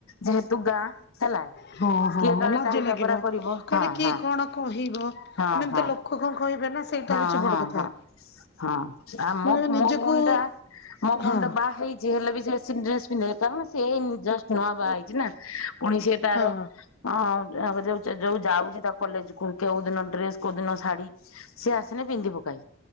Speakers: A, on the left; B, on the left.
A: ଯେହେତୁ ଗାଁ ହେଲା
B: ହଁ ହଁ
A: କିଏ କାଳେ
B: ଲାଜ
A: ଟାହିଟାପରା
B: ଲାଗିବ
A: କରିବ
B: କାରଣ
A: ହଁ
B: କିଏ
A: ହଁ।
B: କଣ କହିବ
A: ହଁ
B: ଏମାନେ
A: ହଁ
B: ତ ଲୋକ ଲୋକ କଣ କହିବେ ନା ସେଇଟା
A: ହଁ
B: ହଉଛି ବଡ଼
A: ହଁ
B: କଥା
A: ହଁ। ହଁ ଆ ମୋ
B: ମୁଁ ନିଜକୁ
A: ମୋ ଭଉଣୀ ଟା ମୋ ଭଉଣୀ
B: ହଁ
A: ଟା ବାହା ହେଇଛି ହେଲେ ବି ସେ ଡ୍ରେସ୍ ପିନ୍ଧେ କାରଣ ସେ ଜଷ୍ଟ ନୂଆ ବାହା ହେଇଛି ନା। ପୁଣି ସିଏ ତାର
B: ହଁ
A: ହଁ ଯୋଉ ଯୋଉ ଯାଉଛି ତା କଲେଜ କୁ କଉ ଦିନ ଡ୍ରେସ କୋଉ ଦିନ ଶାଢୀ ସିଏ ଆସିନେ ପିନ୍ଧି ପକାଏ।